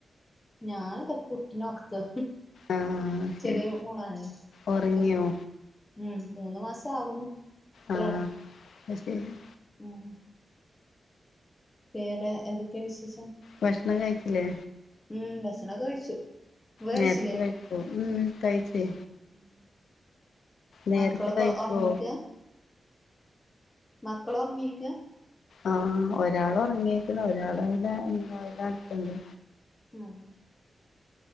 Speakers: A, on the left (about 20°); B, on the left (about 85°).
A: ഞാനിതപ്പ കുട്ടീന ഉറക്ക
B: ആഹ് ശരി
A: ചെറിയ മോളാണ്
B: ഉറങ്ങിയോ
A: ഉം മൂന്ന് മാസ ആകുന്നു അത്രേ
B: ആഹ്
A: ഒള്ളൂ
B: അയ് ശെരി
A: ഉം വേറെ എന്തൊക്കെയാ വിശേഷം
B: ഭഷ്ണം കയ്ച്ചിലെ
A: ഉം ഭക്ഷണൊക്കെ കഴിച്ചു. ഇങ്ങള് കഴിച്ചില്ലേ
B: നേരത്തെ കഴിച്ചോ ഉം കഴിച്ചേ
A: ഉം
B: നേരത്തെ
A: മക്കളൊക്കെ
B: കഴിക്കോ
A: ഒർങ്ങീക്ക മക്കൾ ഒർങ്ങീക്കാ
B: ആഹ് ഒരാൾ ഒർങ്ങിക്ക്ണ് ഒരാൾ അതിലെ എന്ത അതിലെ നടക്ക്ണ്ട്
A: ആഹ്